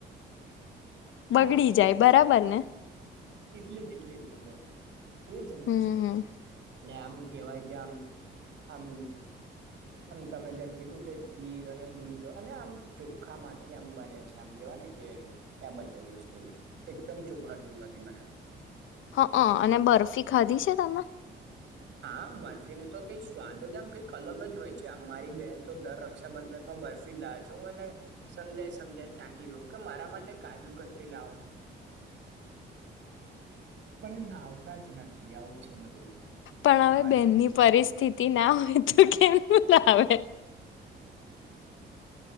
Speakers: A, on the right; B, on the left.
A: હા
B: બગડી
A: એટલે
B: જાય બરાબર ને.
A: એટલે જ એટલે જ એટલે જ એજ ને
B: હમ હમ
A: અને આમ કેવાય કે આમ આમ આમ તમે જેમ કીધું કે ખીર અને દૂધ અને આમ ચોખામાંથી આમ બને છે આમ કેવા ને કે ત્યાં બંને એ વસ્તુ એકદમ ચોખા ઘી મા બને.
B: હાક અને બરફી ખાધી છે તમે?
A: હા બર્ફી ન તો કઈક સ્વાદ જ આમ કઈક અલગ જ હોય છે આ મારી બેહેન તો દર રક્ષાબંધન માં બર્ફીટ લાવ છું હું ને સમજાય સમજાયને થાકી ગયો કે મારા માટે ટે કાજુ કતરી લાવો. પણ એ લાવતા જ નથી આવું છે બધું.
B: પણ હવે
A: અમાર
B: બેનની
A: તો
B: પરિસ્થિતિ ના હોય તો કેમ ના આવે?